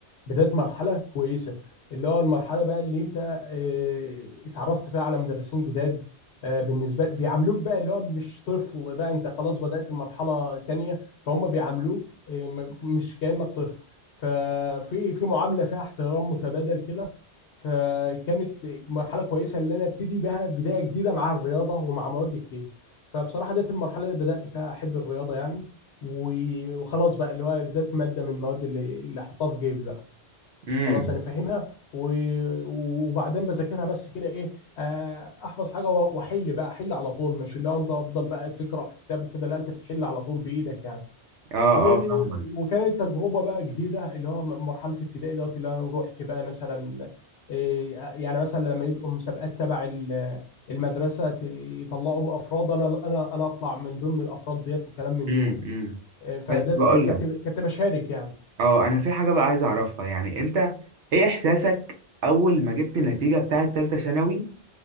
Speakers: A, on the left; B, on the right.
A: بدايه مرحله كويسه اللي هو المرحله بقى اللي انت آه، اتعرفت فيها على مدرسين جداد آه، بالنسبه بيعاملوك بقى اللي هو مش طفل بقى انت خلاص بدات مرحله تانية فهم بيعاملوك آه، م- مش كانك طفل ففي في معامله فيها احترام متبادل كده فكانت مرحله كويسه اللي انا ابتدي بها بدايه جديده مع الرياضه ومع مواد كتير فبصراحه ديت المرحله اللي بدات فيها احب الرياضه يعني و- وخلاص بقى اللي هو ده ماده من المواد اللي اللي احطها في جيبي بقى
B: امم
A: خلاص انا فاهمها و- وبعدين بذاكرها بس كده ايه آه، احفظ حاجه و- واحل بقى احل على طول مش اللي هو انت افضل بقى تقرا في كتاب وكده لا انت بتحل على طول بايدك يعني
B: اه اه
A: و-
B: فاهمك
A: وكانت تجربه بقى جديده اللي هو م- مرحله ابتدائي دوت اللي انا رحت بقى مثلا إيه، يعني مثلا لما يبقوا مسابقات تبع ال- المدرسه ت- يطلعوا افراد انا انا انا اطلع من ضمن الافراد ديت وكلام من
B: امم
A: دول
B: امم
A: آه، فده
B: بس بقول
A: ك- كنت
B: لك
A: كنت بشارك يعني
B: اه انا في حاجة بقى عايز اعرفها يعني انت ايه احساسك اول ما جبت النتيجة بتاعه تالتة ثانوي